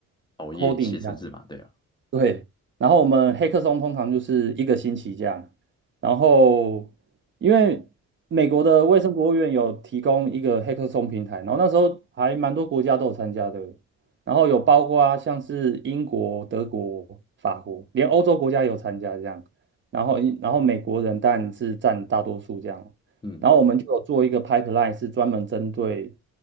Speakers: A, on the left; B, on the right.
A: 熬夜写程式嘛，
B: ？Coding 这样。
A: 对啊。
B: 对，然后我们黑客松通常就是一个星期这样，然后因为美国的卫生国务院有提供一个黑客松平台，然后那时候还蛮多国家都有参加的，然后有包括啊，像是英国、德国、法国，连欧洲国家有参加这样，然后然后美国人当然是占大多数这样，
A: 嗯
B: 然后我们就有做一个 pipeline 是专门针对